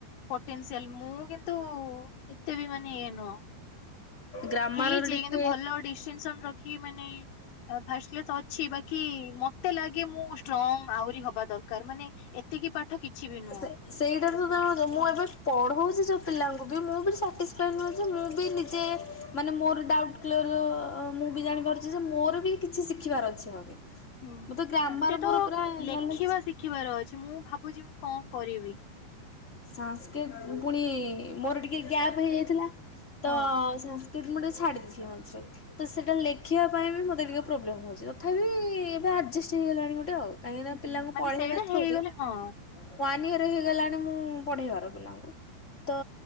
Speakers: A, on the left; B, on the left.
A: ପୋଟେନ୍ସିଆଲ ମୁଁ କିନ୍ତୁ ଏତେ ବି ମାନେ ଇଏ ନୁହଁ।
B: ଗ୍ରାମାର
A: ହେଇଛି
B: ଟିକେ
A: କିନ୍ତୁ ଭଲ ଡିଷ୍ଟିଂସନ୍ ରଖି ମାନେ ଫାଷ୍ଟ କ୍ଲାସ୍ ତ ଅଛି ବାକି ମାନେ ମତେ ଲାଗେ ମୁଁ ଷ୍ଟ୍ରଙ୍ଗ ଆହୁରି ହବା ଦରକାର ମାନେ ଏତେ ଏତିକି ପାଠ କିଛି ବି ନୁହଁ
B: ସେ ସେଇଟା
A: ଏସବୁ।
B: ତ ତ ମୁଁ
A: ହଁ।
B: ଏବେ ପଢ଼ଉଛି ଯେଉଁ ପିଲାଙ୍କୁ ବି ମୁଁ ବି ସାଟିସ୍ଫାଇ ନୁହେଁ ଯେ ମୁଁ ବି ନିଜେ ମାନେ ମୋର ଡାଉଟ୍ ମୁଁ ବି ଜାଣିପାରୁଛି ଯେ ମୋର ବି କିଛି ଶିଖିବାର ଅଛି ଆହୁରି।
A: ହୁଁ।
B: ମୁଁ ତ ଗ୍ରାମର
A: ମତେ ତ
B: ମୋର ପୁରା
A: ଲେଖିବା
B: ନଲେଜ
A: ଶିଖିବାର ଅଛି। ମୁଁ ଭାବୁଛି ମୁଁ କଣ କରିବି?
B: ସଂସ୍କୃତ ପୁଣି ମୋର ଟିକେ ଗ୍ୟାପ ହେଇଯାଇଥିଲା ତ
A: ହଁ
B: କିଟ ମୁଁ ଟିକେ ଛାଡ଼ି ଦେଇଥିଲି ମଝିରେ। ତ ସେଇଟା ଲେଖିବା ପାଇଁ ବି ମୋତେ ଟିକେ ପ୍ରୋବ୍ଲେମ୍ ହେଉଛି। ତଥାପି ଏବେ ଆଡ଼ଜଷ୍ଟ ହେଇଗଲାଣି ଗୋଟେ ଆଉ। କାହିଁକି ନା
A: ହୁଁ
B: ପିଲାଙ୍କୁ
A: ମାନେ
B: ପଢେଇବା
A: ସେଇଟା
B: ଥ୍ରୋଦେ
A: ହେଇଗଲେ ହଁ
B: ୱାନ ଇୟର ହେଇଗଲାଣି। ମାନେ ମୁଁ ପଢ଼େଇବାର ପିଲାଙ୍କୁ ତ